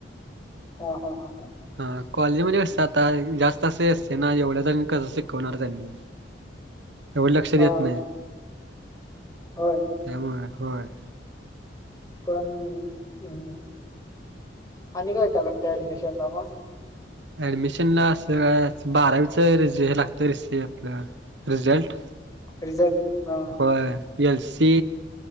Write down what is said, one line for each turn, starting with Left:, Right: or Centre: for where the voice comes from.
Left: हा हा हा हा.
Right: हा कॉलेज मध्ये कस आता जास्त असं असतय ना, एवढ्या जनांना कसं शिकवणार त्यांनी? एवढ लक्ष देत
Left: हा
Right: नाहीत,
Left: होय
Right: त्यामुळे होय.
Left: कण इना आणि काय त्याला काय लागत ऍडमिशन ला मग?
Right: ॲडमिशनला असच बारावीच र हे लागतं रिस हे रिझल्ट.
Left: रिझल्ट हा.
Right: होय एल सी,